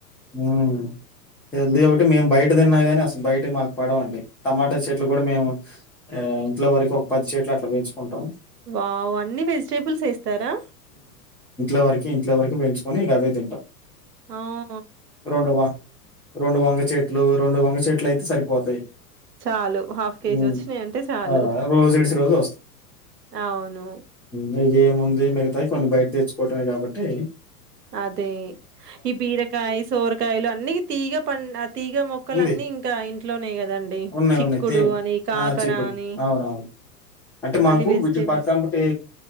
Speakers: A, in the centre; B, on the right (about 80°).
A: హుమ్ హెల్ది కాబట్టీ మేము బయట తిన్నా గాని అసలు బయట మాకు పడవండి టమాటా చెట్లు కూడా మేము ఆ ఇంట్లో వరకు ఒక పది చెట్లు అట్ల పెంచుకు
B: వావ్ అన్ని వెజిటేబుల్స్ ఏస్తారా?
A: ఇ వర ఇంర పో గ అవే తింటాం
B: అ
A: రెండు వ రెండు వంగ చెట్లు రెండు వంగ చెట్లు అయితే సరిపోతాయి
B: చాలు హాఫ్ కేజీ
A: హ్మ్.
B: వచ్చాయి అంటే చాలు
A: ఆ! రోజు ఇడిసి రోజు
B: అవును
A: మ ఏముందు మిగతాయి కొన్ని బయట తెచ్చుకోవటమే కాబట్టి
B: అదే ఈ బీరకాయ్స్ సోరకాయలు అన్న తీగ ప తీగ మొక్కలు
A: ఉంది.
B: అన్నీ ఇంకా ఇంట్లోనే కదండి
A: ఉన్నాయి,
B: చిక్కుడు
A: ఉన్నాయి. తే
B: అని కాకర
A: ఆ! చిక్కుడు
B: అని
A: అవునవును. అంటే మాకు
B: అన్ని వెజిటేబుల్స్
A: వీటి పక్కంబటే